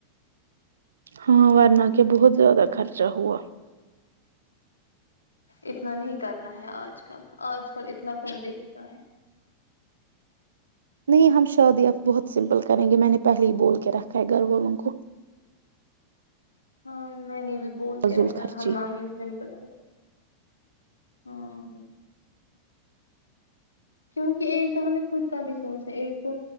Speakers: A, on the right (about 65°); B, on the left (about 75°).
A: ہاں ورنہ کے بہت زیادہ خرچہ ہوا
B: اتنا نہیں کرنا ہے آج کل آج کل اتنا فون دیکھتا ہے
A: نہیں ہم شادی اب بہت سمپل کریں گے میں نے پہلے ہی بول کے رکھا ہے گھر والوں کو
B: ہاں نہیں نہیں بھی بول
A: فضول
B: کے رکھا
A: خرچی
B: ہے ہم مانگنی سمپل سے ہاں کیونکہ ایک تو ہمیں خود کا بھی سوچنا ایک تو